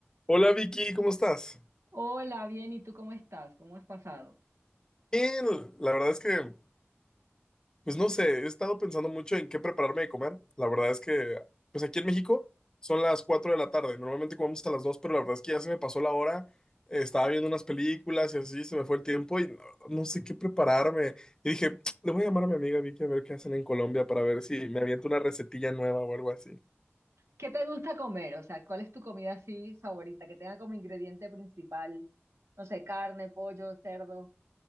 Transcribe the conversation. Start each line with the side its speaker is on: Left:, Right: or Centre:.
Left: Hola Vicky, ¿cómo estás?
Right: Hola, bien, ¿y tú cómo estás? ¿Cómo has pasado?
Left: Bien, la verdad es que, pues no sé, he estado pensando mucho en qué prepararme de comer. La verdad es que, pues aquí en México son las 4 de la tarde, normalmente comemos a las 2, pero la verdad es que ya se me pasó la hora, estaba viendo unas películas y así se me fue el tiempo y no, no sé qué prepararme. Y dije, <tsk> le voy a llamar a mi amiga Vicky a ver qué hacen en Colombia para ver si me aviento una recetilla nueva o algo así.
Right: ¿Qué te gusta comer? O sea, ¿cuál es tu comida así favorita que tenga como ingrediente principal, no sé, carne, pollo, cerdo,